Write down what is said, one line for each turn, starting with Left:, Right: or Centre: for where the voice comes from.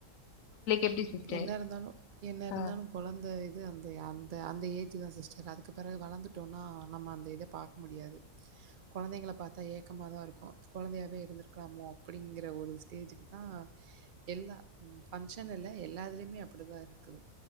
Left: எப்டி சிஸ்டர்
Right: என்ன இருந்தாலு என்ன இருந்தாலு
Left: ஆ
Right: கொழந்த இது அந்த யார் அ அந்த ஏஜ் தா சிஸ்டர் அதுக்கு பெறகு வளர்ந்துட்டோம்னா நம்ம அந்த இத பார்க்க முடியாது கொழந்தைங்கள பாத்தா ஏக் க்கமா தா இருக்கு கொழந்தையாவே இருந்திருக்கலாமோ அப்டிங்கிற ஒரு ஸ்டேஜுக்கு தா எல்லா ம் கொஞ்சனு இல்ல எல்லாதுலயுமே அப்படிதா இருக்குது